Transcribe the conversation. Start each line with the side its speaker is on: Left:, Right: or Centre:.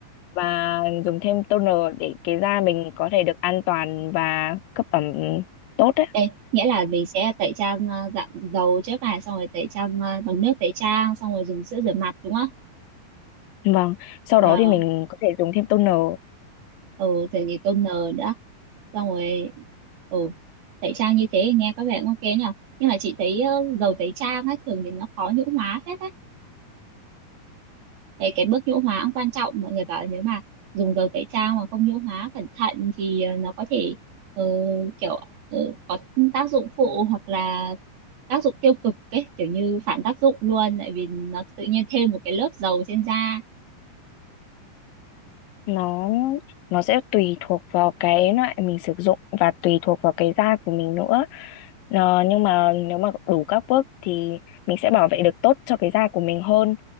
Left: và dùng thêm toner để cái da mình có thể được an toàn và cấp ẩm tốt đấy
Right: Ê, nghĩa là mình sẽ tẩy trang ờ, dạng dầu trước này xong rồi tẩy trang ờ, bằng nước tẩy trang xong rồi dùng sữa rửa mặt đúng không?
Left: vâng sau
Right: Ờ,
Left: đó thì mình có thể dùng thêm toner
Right: ừ thì thì toner nữa xong rồi ừ tẩy trang như thế nghe có vẻ cũng ok nhỉ nhưng mà chị thấy ờ, dầu tẩy trang ấy thường thì nó khó nhũ hóa phết á Đấy, cái bước nhũ hóa cũng quan trọng mọi người bảo là nếu mà dùng dầu tẩy trang mà không nhũ hóa cẩn thận thì ờ, nó có thể ờ, kiểu ờ, có tác dụng phụ hoặc là tác dụng tiêu cực ấy kiểu như phản tác dụng luôn tại vì nó tự nhiên thêm một cái lớp dầu trên da
Left: nó nó sẽ tùy thuộc vào cái loại mình sử dụng và tùy thuộc vào cái da của mình nữa Ờ, nhưng mà nếu mà đủ các bước thì mình sẽ bảo vệ được tốt cho cái da của mình hơn.